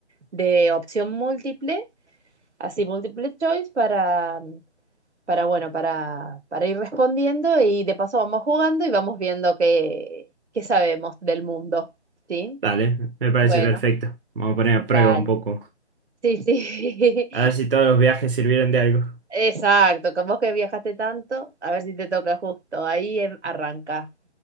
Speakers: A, on the right (about 85°); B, on the right (about 55°).
A: de opción múltiple, así multiple choice para, para bueno, para, para ir respondiendo y de paso vamos jugando y vamos viendo qué, qué sabemos del mundo, ¿sí?
B: Dale, me parece
A: Bueno,
B: perfecto. Vamos a poner a prueba
A: dale.
B: un poco.
A: Sí, sí.
B: A ver si todos los viajes sirvieron de algo.
A: <laughs> Exacto. Con vos que viajaste tanto, a ver si te toca justo. Ahí em- arranca.